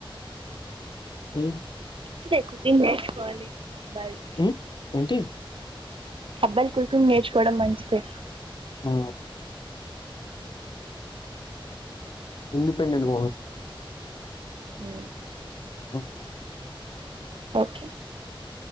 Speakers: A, on the left; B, on the right.
A: హ్మ్.
B: మంచిదే కుకింగ్ చేసుకోవాలి అబ్బాయిలు
A: ఉమ్ ఏంటి
B: అబ్బాయిలు కుకింగ్ నేర్చుకోవడం మంచిదే
A: ఆ ఇండిపెండెంట్
B: ఉ
A: అ
B: ఓకే